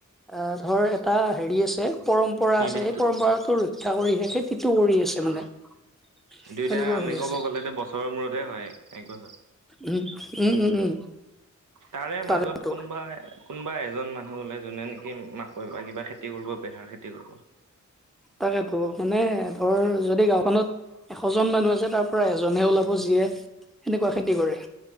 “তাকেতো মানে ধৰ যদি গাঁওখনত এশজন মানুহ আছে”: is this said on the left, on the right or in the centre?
Centre